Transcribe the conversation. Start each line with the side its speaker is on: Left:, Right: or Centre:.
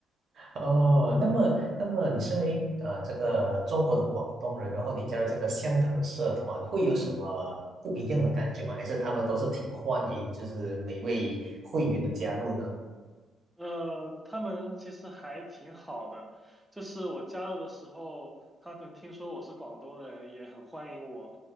Right: 哦，那么那么你身为呃这个中国的广东人，然后你加入这个香港的社团，会有什么不一样的感觉吗？还是他们都是挺欢迎，就是每位会员的加入呢？
Centre: 呃，他们其实还挺好的，就是我加入的时候，他们听说我是广东人，也很欢迎我。